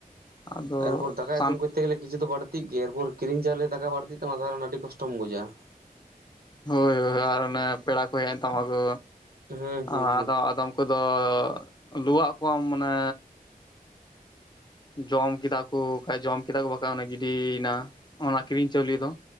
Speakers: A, on the left (about 30°); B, on the right (about 85°).
A: ᱟᱫᱚ
B: ᱟᱨᱯᱚᱨ
A: ᱥᱟᱱ
B: ᱫᱟᱠᱟ ᱤᱥᱤᱱ ᱠᱚ ᱛᱮ ᱜᱮᱞᱮ ᱠᱤᱷᱩ ᱫᱚ ᱵᱟᱹᱲᱛᱤᱜ ᱜᱮᱭᱟ ᱮᱨᱯᱚᱨ ᱠᱤᱨᱤᱧ ᱪᱟᱣᱞᱮ ᱫᱟᱠᱟ ᱵᱟᱹᱲᱛᱤᱜ ᱛᱟᱢᱟ ᱛᱟᱦᱚᱸᱞᱮ ᱟᱹᱰᱤ ᱠᱚᱥᱴᱚᱢ ᱵᱩᱡᱟ ᱾
A: ᱦᱳᱭ ᱦᱳᱭ ᱟᱨ ᱚᱱᱮ ᱯᱮᱲᱟ ᱠᱚ ᱦᱮᱡ ᱮᱱ ᱛᱟᱢᱟ ᱠᱚ
B: ᱦᱩᱸ ᱦᱩᱸ
A: ᱟᱫᱚ‌ ᱟᱫᱚᱢ ᱠᱚᱫᱚᱻ ᱞᱩᱣᱟᱜ ᱠᱚᱣᱟᱢ ᱢᱟᱱᱮ ᱡᱚᱢ ᱠᱮᱫᱟ ᱠᱚ ᱵᱟᱠᱷᱟᱡ ᱡᱚᱢ ᱠᱮᱫᱟ ᱠᱚ ᱵᱟᱠᱷᱟᱡ ᱚᱱᱮ ᱜᱤᱰᱤᱭᱮᱱᱟ ᱚᱱᱟ ᱠᱤᱨᱤᱧ ᱪᱟᱣᱞᱮ ᱫᱚ